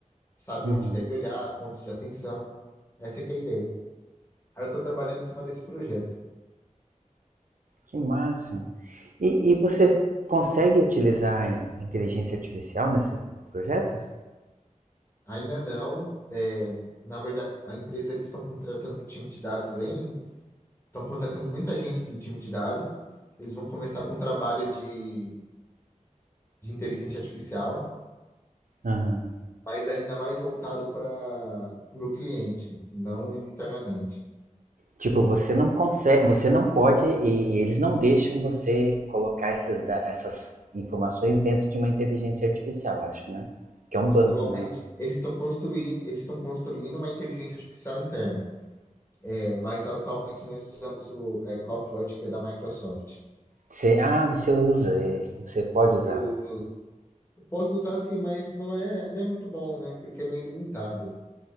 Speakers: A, on the left; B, on the right.
A: saber
B: Uhum.
A: onde deve olhar, pontos de atenção. Essa é que é a ideia. Aí eu estou trabalhando em cima desse projeto.
B: Que máximo. E, e você consegue utilizar a inteligência artificial nesses projetos?
A: Ainda não, é, na verdade, a empresa eles estão contratando um time de dados bem, estão contratando muita gente do time de dados. Eles vão começar com um trabalho de, de inteligência artificial,
B: Aham.
A: mas ainda mais voltado para o cliente, não internamente.
B: Tipo, você não consegue, você não pode e eles não deixam você colocar esses, da- essas informações dentro de uma inteligência artificial, acho, né? Que é um banco,
A: Atualmente,
B: né?
A: eles estão construindo, eles estão construindo uma inteligência artificial interna. É, mas atualmente nós usamos o é, Copilot, que é da Microsoft.
B: Você, ah, você usa, é, você pode usá-lo.
A: Eu posso usar sim, mas não é, não é muito bom, né? Porque é meio limitado.